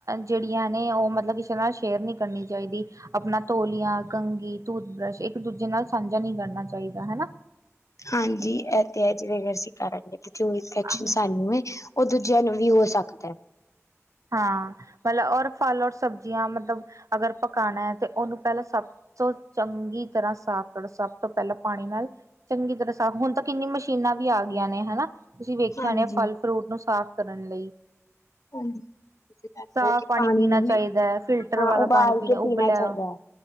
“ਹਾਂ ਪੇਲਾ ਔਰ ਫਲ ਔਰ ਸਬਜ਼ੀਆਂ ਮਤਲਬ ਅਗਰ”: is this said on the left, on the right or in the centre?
Right